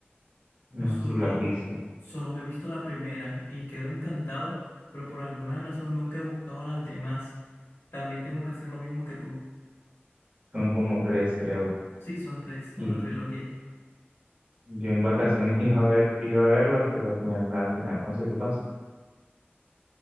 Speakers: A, on the left (about 80°); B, on the right (about 35°).
A: Yo
B: No
A: solo,
B: sé si la has visto.
A: solo me he visto la primera y quedo encantado, pero por alguna razón nunca he buscado las demás. También tengo que hacer lo mismo que tú.
B: Son como tres, creo.
A: Sí, son tres, es
B: Y
A: una trilogía.
B: yo en vacaciones <laughs> iba a ver, iba a verlas, pero al final, al final no sé qué pasó.